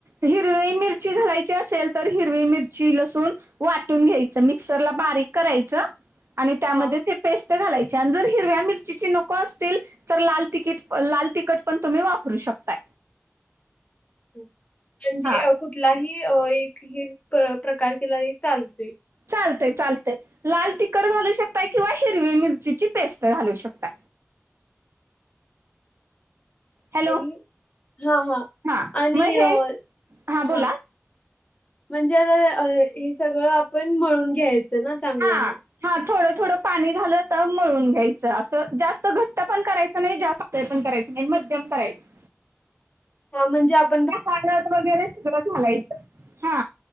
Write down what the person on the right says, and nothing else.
हिरवी मिरची घालायची असेल तर हिरवी मिरची लसूण वाटून घ्यायच मिक्सरला बारीक करायचं आणि त्यामध्ये
ते त घालायचे आणि जर हिरव्या मिरची नको असतील तर लाल तिकीट लाल तिखट पण तुम्ही वापरू शकताय.
हा
चालतेय चालतेय लाल तिखट घालू शकताय किंवा हिरवी मिरचीची पेस्ट घालू शकता. हॅलो
हा
मग
हे हा बोला
हा हा थोडं थोडं पाणी घालत मळून घ्यायचं असं जास्त घट्ट पण करायचं नाही जा ते पण करायच नाही मध्यम करायच
ते पाण्यात वगैरे सगळं घालायचं. हा